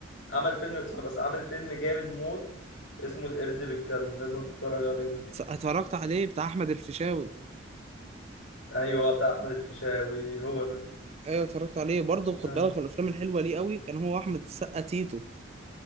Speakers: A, on the left (about 85°); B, on the right (about 30°).
A: عمل فيلم اسمه بس عمل فيلم جامد موت اسمه القرد بيتكلم لازم تتفرج عليه ده
B: اتفرجت عليه بتاع احمد الفيشاوي
A: ايوه بتاع احمد الفيشاوي هو ده
B: ايوه اتفرجت عليه برضه خد
A: آه.
B: بالك من الافلام الحلوه ليه قوي كان هو احمد السقا تيتو